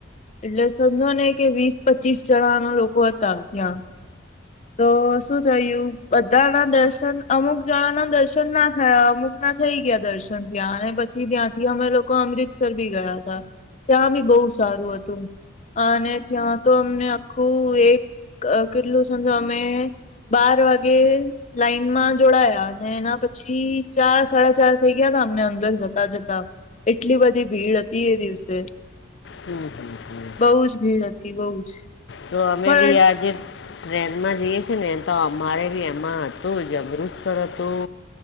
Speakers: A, on the left (about 35°); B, on the left (about 70°).
A: એટલે સમજો ને કે, વીસ-પચીસ જણાના લોકો હતા ત્યાં. તો શું થયું? બધા ના દર્શન અમુક જણા ના, દર્શન ના થયા, અમુક ના થઈ ગયા, દર્શન તયા અને પછી ત્યાંથી અમે લોકો અમૃતસર બી ગયા હતા, ત્યાં બી બહુ સારું હતું. અને ત્યાં તો અમને આખું એક કેટલું સમજો અમે. બાર વાગે. લાઈન માં જોડાયા, અને એના પછી ચાર સાડા, ચાર થઈ ગયા તા, અમને અંદર જતા-જતા. એટલી બધી ભીડ હતી, એ દિવસે.
B: હમ, હમ, હમ.
A: બઉુ જ ભીડ હતી, બઉુ જ.
B: તો અમે
A: પણ
B: બી આજે. ટ્રેનમાં જઈએ છેએ ને, તો અમારે બી એમાં હતું જ, અમૃતસર હતું.